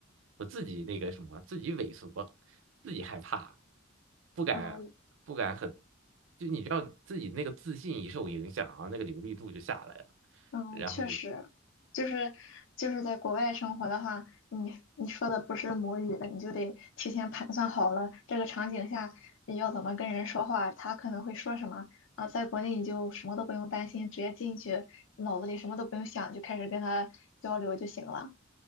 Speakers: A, on the right (about 65°); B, on the left (about 65°).
A: 我自己那个什么，自己萎缩，自己害怕，不敢不敢很，
B: 啊、
A: 就你知道自己那个自信一受影响啊，那个流利度就下来了，
B: 嗯，
A: 然后就
B: 确实，就是就是在国外生活的话，你你说的不是母语的，你就得提前盘算好了这个场景下你要怎么跟人说话，他可能会说什么啊。在国内你就什么都不用担心，直接进去，脑子里什么都不用想，就开始跟他交流就行了。